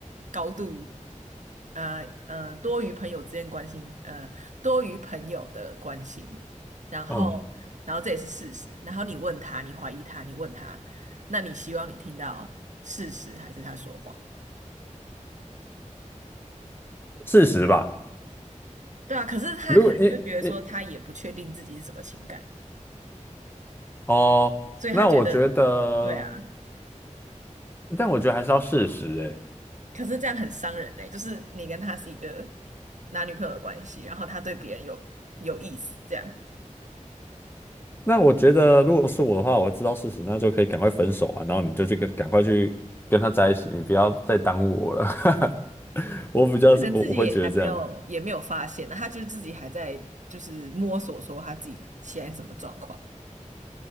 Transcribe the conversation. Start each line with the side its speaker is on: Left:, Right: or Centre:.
Right: 高度。呃呃，多于朋友之间关心，呃，多于朋友的关心，然后，
Left: 嗯，
Right: 然后这也是事实。然后你问他，你怀疑他，你问他，那你希望你听到事实还是他说谎？
Left: 事实吧，
Right: 对啊，可是他可能就觉得说他也不确定自己是什么情感，
Left: 如果一一哦，
Right: 所以他觉得，
Left: 那我觉得，
Right: 对啊，
Left: 但我觉得还是要事实哎、
Right: 可是这样很伤人呢、就是你跟他是一个男女朋友的关系，然后他对别人有有意思，这样
Left: 那我觉得，如果是我的话，我知道事实，那就可以赶快分手啊，然后你就去跟赶快去跟他在一起，你不要再耽误我了。<laughs> 我比较是我我会觉得这样
Right: 可能自己也还没有也没有发现呢，他就自己还在就是摸索说他自己现在什么状况，